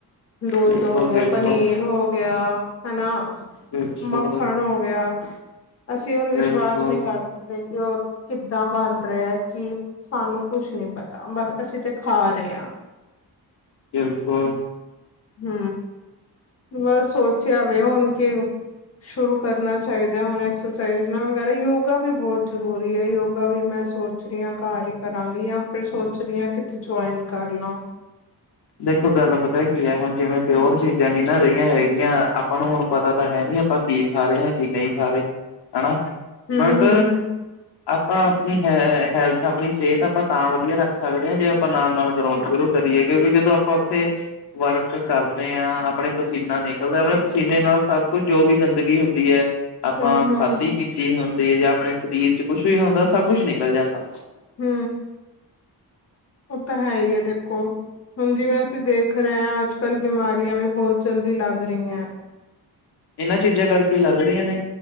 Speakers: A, on the left; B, on the left.
A: ਦੁੱਧ
B: ਬਿਲਕੁਲ,
A: ਹੋ ਗਿਆ
B: ਬਿਲਕੁਲ,
A: ਪਨੀਰ ਹੋ ਗਿਆ ਹੈਨਾ
B: ਬਿਲਕੁਲ,
A: ਮੱਖਣ ਹੋ ਵਿਆਹ ਅਸੀਂ ਹੁਣ ਵਿਸ਼ਵਾਸ
B: ਬਿਲਕੁਲ।
A: ਨਹੀਂ ਕਰ ਸਕਦੇ ਕਿ ਉਹ ਕਿੱਦਾਂ ਬਣ ਰਿਹਾ ਕਿ ਸਾਨੂੰ ਕੁਛ ਨੀ ਪਤਾ, ਬਸ ਅਸੀਂ ਤੇ ਖਾ ਰਹੇ ਹਾਂ
B: ਬਿਲਕੁਲ
A: ਹੂ ਬਸ ਸੋਚਿਆ ਵੇ ਹੁਣ ਕੀ, ਸ਼ੁਰੂ ਕਰਨਾ ਚਾਹੀਦਾ ਹੁਣੇ ਐਕਸਰਸਾਈਜ਼ ਨਾ ਵਗੈਰਾ ਯੋਗਾ ਵੀ ਬਹੁਤ ਜ਼ਰੂਰੀ ਹੈ ਯੋਗਾ ਵੀ ਮੈਂ ਸੋਚ ਰਹੀ ਹਾਂ ਘਰ ਇਕ ਕਰਾਂਗੀ, ਯਾ ਫਿਰ ਸੋਚ ਰਹੀ ਆਂ ਕਿੱਥੇ ਜੁਆਇਨ ਕਰ ਲਾਂ।
B: ਦੇਖੋ ਗੱਲ ਪਤਾ ਕੀ ਹੈ ਹੁਣ ਜਿਵੇਂ ਪਿਉਰ ਚੀਜ਼ਾਂ ਨੀ ਨਾ ਰਹੀਆਂ ਹੈਗੀਆਂ, ਆਪਾਂ ਨੂੰ ਹੁਣ ਪਤਾ ਤਾਂ ਹੈ ਨੀ ਆਪਾਂ ਕੀ ਖਾ ਰਹੇ ਹਾਂ, ਕੀ ਨਹੀਂ ਖਾ ਰਹੇ ਹਨਾ,
A: ਹਮ
B: ਬਟ
A: ਹਮ
B: ਆਪਾਂ ਆਪਣੀ ਹੈ ਹੈਲਥ ਆਪਣੀ ਸਿਹਤ ਆਪਾਂ ਤਾਂ ਵਧੀਆ ਰੱਖ ਸਕਦੇ ਹਾਂ, ਜੇ ਆਪਾਂ ਨਾਲ-ਨਾਲ ਗਰਾਊਂਡ ਸ਼ੁਰੂ ਕਰੀਏ ਕਿਉਂਕਿ ਜਦੋਂ ਆਪਾਂ ਉੱਥੇ ਵਰਕ ਕਰਦੇ ਆਂ ਆਪਣੇ ਪਸੀਨਾ ਨਿਕਲਦਾ, ਆਪਣੇ ਪਸੀਨੇ ਨਾਲ ਸਭ ਕੁਝ ਜੋ ਵੀ ਗੰਦਗੀ ਹੁੰਦੀ ਹੈ। ਆਪਾਂ
A: ਹਮ ਹਮ
B: ਖਾਧੀ ਪੀਤੀ ਹੁੰਦੀ, ਜਾਂ ਆਪਣੇ ਸਰੀਰ ਚ ਕੁਛ ਵੀ ਹੁੰਦਾ ਸਭ ਕੁਛ ਨਿਕਲ ਜਾਂਦਾ।
A: ਹੂ ਉਹ ਤਾਂ ਹੈ ਹੀ ਹੈ ਦੇਖੋ। ਹੁਣ ਜਿਵੇਂ ਅਸੀਂ ਦੇਖ ਰਹੇ ਹਾਂ ਅੱਜ ਕੱਲ ਬਿਮਾਰੀਆਂ ਵੀ ਬਹੁਤ ਜਲਦੀ ਲੱਗ ਰਹੀਆਂ। <inaudible>
B: ਇਹਨਾਂ ਚੀਜ਼ਾਂ ਕਰਕੇ ਈ ਲੱਗ ਰਹੀਆਂ ਨੇ,